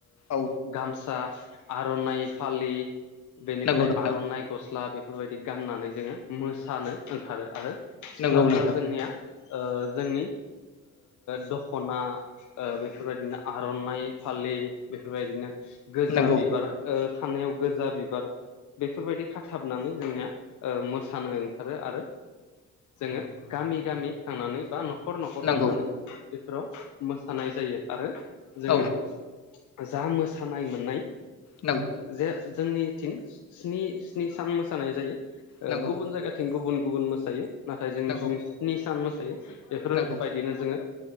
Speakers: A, on the left (about 60°); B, on the left (about 75°).
A: औ
B: गामसा आर'नाइ फालि बेनिफ्राय
A: नंगौ नोंथां
B: आर'नाइ गस्ला बे बेफोरबायदि गाननानै जोङो मोसानो ओंखारो आरो सिख्लाफ्रा
A: नंगौ नोंथां
B: जोंनिया जोंनि दख'ना बेफोरबायदिनो आर'नाइ फालि बेफोरबायदिनो गोजा
A: नंगौ
B: बिबार खानायाव गोजा बिबार बेफोरबायदि खाथाबनानै जोंनिया मोसानो ओंखारो आरो जोङो गामि गामि थांनानै बा न'खर न'खर
A: नंगौ
B: न'खर थांनानै
A: नंगौ
B: बेफोराव मोसानाय जायो आरो जोङो
A: औ
B: जा मोसानाय मोननाय
A: नंगौ
B: जे जोंनिथिं स्नि स्नि सान मोसानाय जायो
A: नंगौ
B: गुबुन जायगाथिं गुबुन गुबुन मोसायो नाथाय जोंनि
A: नंगौ
B: सिं निसान मोसायो बेफोरबायदिनो
A: नंगौ
B: जोङो